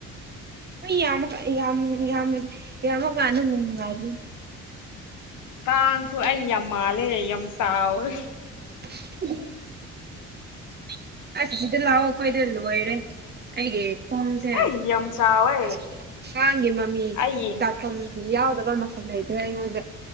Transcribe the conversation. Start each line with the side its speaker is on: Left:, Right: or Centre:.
Right: ꯌꯥꯝ ꯌꯥꯝ ꯌꯥꯝ ꯌꯥꯝꯃ ꯀꯥꯟꯅꯅꯨꯡ ꯅꯨꯡꯉꯥꯏ
Left: ꯀꯥꯡꯁꯨ ꯑꯩ ꯌꯥꯝ ꯃꯥꯜꯂꯦ ꯌꯥꯝ ꯆꯥꯎꯋꯦ
Right: ꯎꯝ ꯑꯥꯁ ꯁꯤꯗ ꯂꯥꯛꯑꯣ ꯑꯩ ꯈꯈꯣꯏꯗ ꯂꯣꯏꯔꯦ ꯑꯩꯒꯤ ꯐꯣꯝꯁꯦ
Left: ꯑꯩ
Right: ꯑꯉꯥꯡꯒꯤ
Left: ꯌꯥꯝ ꯆꯥꯎꯋꯦ
Right: ꯃꯃꯤ
Left: ꯑꯩ
Right: ꯗꯥꯛꯀꯝ ꯌꯥꯕꯗꯒ ꯃ ꯐꯂꯗ꯭ꯔꯦ ꯏꯉꯣꯟꯗ